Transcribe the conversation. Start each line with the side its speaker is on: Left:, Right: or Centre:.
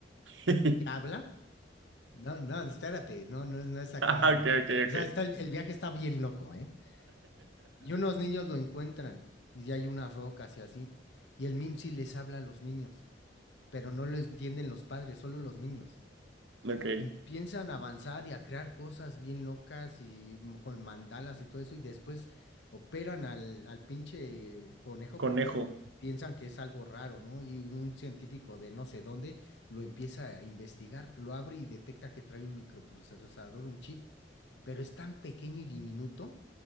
Right: <laughs>
Left: que habla. No, no, espérate, no, no, no es acá.
Right: Ah, Ok, ok,
Left: O
Right: ok.
Left: sea, está el, el viaje está bien loco, ¿eh? Y unos niños lo encuentran y hay unas rocas y así. Y el Mimsy les habla a los niños. pero no lo entienden los padres, solo los niños.
Right: <laughs> Ok.
Left: Empiezan a avanzar y a crear cosas bien locas y m- con mandalas y todo eso, y después operan al, al pinche conejo
Right: Conejo.
Left: porque piensan que es algo raro, ¿no? Y un científico de no sé dónde lo empieza a investigar, lo abre y detecta que trae un microprocesador, un chip, pero es tan pequeño y diminuto,